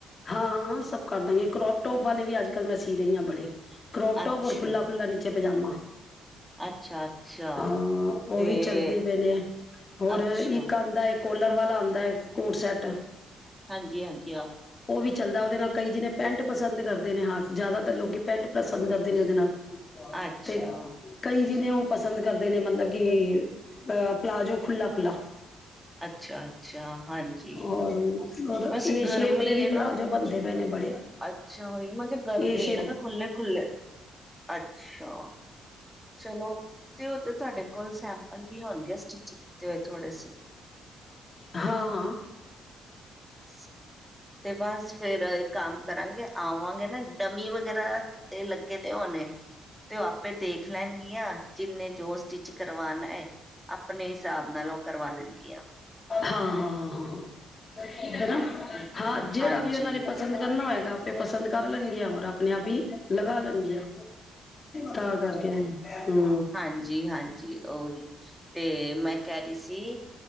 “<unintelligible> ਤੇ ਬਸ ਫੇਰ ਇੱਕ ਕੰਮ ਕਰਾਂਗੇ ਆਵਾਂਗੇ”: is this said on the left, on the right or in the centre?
Centre